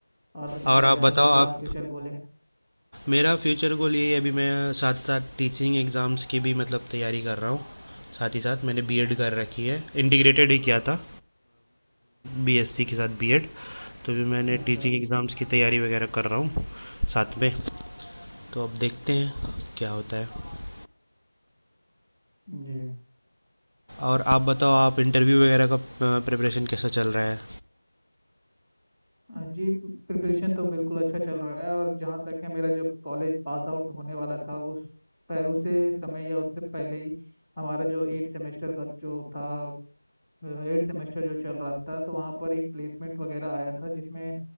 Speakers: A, in the centre; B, on the right.
A: और बताइए
B: और आप बताओ
A: आपका क्या
B: आप
A: फ्यूचर गोल है
B: मेरा फ्यूचर गोल यही है अभी मैं साथ साथ टीचिंग एग्ज़ाम्स की भी मतलब तैयारी कर रहा हूँ साथ ही साथ मैंने बीएड कर रखी है इंटीग्रेटेड ही किया था बीएससी के साथ बीएड तो भी मैंने
A: अच्छा
B: टीचिंग
A: अच्छा
B: एग्ज़ाम्स की तैयारी वगैरह कर रहा हूँ साथ में तो अब देखते हैं क्या होता है
A: जी
B: और आप बताओ आप इंटरव्यू वगैरह का प्रिपरेशन कैसा चल रहा है
A: अ, जी प्रिपरेशन तो बिल्कुल अच्छा चल रहा है और जहाँ तक है मेरा जब कॉलेज पास आउट होने वाला था उस पह- उसे समय या उससे पहले ही हमारा जो एट सेमेस्टर का जो था एट सेमेस्टर जो चल रहा था तो वहाँ पर एक प्लेसमेंट वगैरह आया था जिसमें